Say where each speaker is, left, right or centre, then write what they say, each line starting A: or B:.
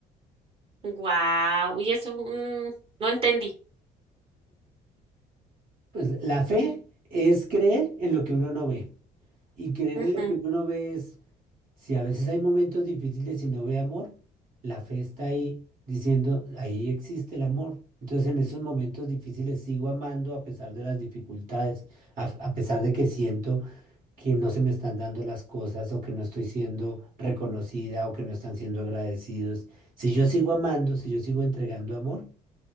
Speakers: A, on the right; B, on the right.
A: Guau, y eso mm, no entendí.
B: Pues la fe es creer en lo que uno no ve. Y creer
A: Ujú,
B: en lo que uno no ve es, si a veces hay momentos difíciles y no ve amor, la fe está ahí diciendo, ahí existe el amor. Entonces en esos momentos difíciles sigo amando a pesar de las dificultades, a, a pesar de que siento que no se me están dando las cosas o que no estoy siendo reconocida o que no están siendo agradecidos. Si yo sigo amando, si yo sigo entregando amor,